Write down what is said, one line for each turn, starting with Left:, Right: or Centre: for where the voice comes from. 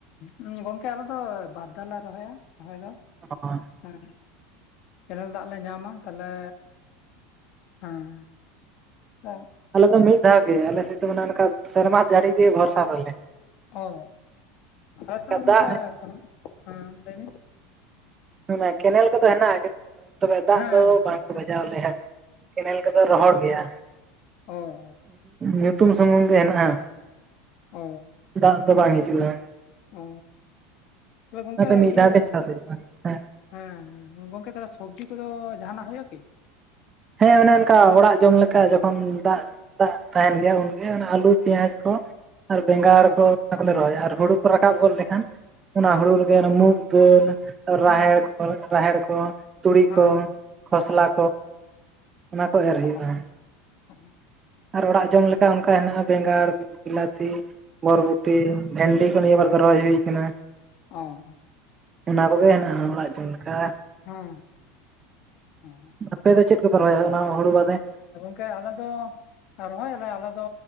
Left: ᱦᱩᱸ ᱜᱚᱝᱠᱮ ᱟᱞᱮᱫ ᱫᱚ ᱵᱟᱨ ᱫᱷᱟᱣ ᱞᱮ ᱨᱚᱦᱚᱭᱟ ᱨᱚᱦᱚᱭ ᱫᱚ᱾
Right: <unintelligible>
Left: ᱦᱮᱸ ᱠᱮᱱᱮᱞ ᱫᱟᱜ ᱞᱮ ᱧᱟᱢᱟ᱾ ᱛᱟᱦᱚᱞᱮ, ᱦᱮᱸ
Right: ᱟᱞᱮ ᱫᱚ ᱢᱤᱫ ᱫᱷᱟᱣ ᱜᱮ ᱟᱞᱮ ᱥᱮᱫ ᱫᱚ ᱢᱟᱱᱮ ᱚᱱᱠᱟ ᱥᱮᱨᱢᱟ ᱡᱟᱹᱲᱤ ᱜᱮ ᱵᱷᱚᱨᱥᱟ ᱛᱟᱞᱮ᱾
Left: ᱚᱻ ᱟᱞᱮᱥᱮᱜ
Right: ᱚᱱᱠᱟ
Left: ᱫᱚ ᱜᱚᱱᱠᱟ
Right: ᱫᱟᱜ
Left: ᱥᱚᱨ ᱦᱮᱸ ᱞᱟᱹᱭ ᱵᱤᱱ
Right: ᱦᱩ ᱚᱱᱟ ᱠᱮᱱᱮᱞ ᱠᱚᱫᱚ ᱦᱮᱱᱟᱜᱼᱟ ᱛᱚᱵᱮ ᱫᱟᱜ
Left: ᱦᱮᱸ
Right: ᱫᱚ
Left: ᱜᱚᱝᱠᱮ
Right: ᱵᱟᱝᱠᱚ ᱵᱟᱡᱟᱣ ᱟᱞᱮᱭᱟ, ᱠᱮᱱᱮᱞ ᱠᱚᱫᱚ ᱨᱚᱦᱚᱲ ᱜᱮᱭᱟ᱾
Left: ᱚᱻ ᱚ
Right: ᱧᱩᱛᱩᱢ ᱥᱩᱢᱩᱝ ᱜᱮ ᱦᱮᱱᱟᱜᱼᱟ,
Left: ᱚ
Right: ᱫᱟᱜ ᱫᱚ ᱵᱟᱝ ᱦᱤᱡᱩᱜᱼᱟ᱾
Left: ᱚ ᱛᱟᱦᱚᱞᱮ ᱜᱚᱝᱠᱮ
Right: ᱚᱱᱟᱛᱮ ᱢᱤᱫ
Left: ᱤᱭᱟᱹ
Right: ᱫᱷᱟᱣ ᱜᱮ ᱪᱟᱥ ᱦᱩᱭᱩᱜᱼᱟ ᱦᱮᱸ
Left: ᱦᱮᱸ ᱦᱮᱸ ᱜᱚᱢᱠᱮ ᱛᱟᱞᱦᱮ ᱥᱚᱵᱽᱡᱤ ᱠᱚᱫᱚ ᱡᱟᱦᱟᱱᱟᱜ ᱦᱩᱭᱩᱜᱼᱟ ᱠᱤ?
Right: ᱦᱮᱸ ᱚᱱᱮ ᱚᱱᱠᱟ ᱚᱲᱟᱜ ᱡᱚᱢ ᱞᱮᱠᱟ ᱡᱚᱠᱷᱚᱱ ᱫᱟᱜ ᱫᱟᱜ ᱛᱟᱦᱮᱱ ᱜᱮᱭᱟ ᱩᱱᱜᱮ ᱚᱱᱮ ᱟᱞᱩ, ᱯᱮᱸᱭᱟᱡᱽ ᱠᱚ ᱟᱨ ᱵᱮᱸᱜᱟᱲ
Left: ᱚ
Right: ᱠᱚ ᱚᱱᱟ ᱠᱚᱞᱮ ᱨᱚᱦᱚᱭᱟ ᱟᱨ ᱦᱩᱲᱩ ᱠᱚ ᱨᱟᱠᱟᱵ ᱜᱚᱫ ᱞᱮᱠᱷᱟᱱ ᱚᱱᱟ ᱦᱩᱲᱩ ᱨᱮᱜᱮ ᱢᱩᱜᱽ ᱫᱟᱹᱞ, ᱨᱟᱦᱮᱲ,
Left: ᱦᱮᱸ
Right: ᱨᱟᱦᱮᱲ ᱠᱚ ᱛᱩᱲᱤ
Left: ᱦᱮᱸ
Right: ᱠᱚ ᱠᱷᱚᱥᱞᱟ
Left: ᱚ
Right: ᱠᱚ ᱚᱱᱟ ᱠᱚ ᱮᱨ ᱦᱩᱭᱩᱜᱼᱟ᱾
Left: ᱚ <unintelligible>
Right: ᱟᱨ ᱚᱲᱟᱜ ᱡᱚᱢ ᱞᱮᱠᱟ ᱚᱱᱠᱟ ᱦᱮᱱᱟᱜᱼᱟ ᱵᱮᱸᱜᱟᱲ, ᱵᱤᱞᱟᱹᱛᱤ, ᱵᱚᱨᱵᱚᱴᱤ, ᱵᱷᱮᱱᱰᱤ ᱠᱚ ᱱᱤᱭᱟᱹ ᱵᱟᱨ ᱨᱚᱦᱚᱭ ᱦᱩᱭ ᱠᱟᱱᱟ᱾
Left: ᱚ
Right: ᱚᱱᱟ ᱠᱚᱜᱮ ᱦᱮᱱᱟᱜᱼᱟ ᱚᱲᱟᱜ ᱡᱚᱢ ᱞᱮᱠᱟ᱾
Left: ᱦᱮᱸ ᱚᱸ
Right: ᱟᱯᱮ ᱫᱚ ᱪᱮᱫ ᱠᱚᱯᱮ ᱨᱚᱦᱚᱭᱟ ᱚᱱᱟ ᱦᱩᱲᱩ ᱵᱟᱫᱮ?
Left: ᱠᱮ ᱟᱞᱮ ᱫᱚ ᱨᱚᱦᱚᱭᱟᱞᱮ ᱟᱞᱮ ᱫᱚ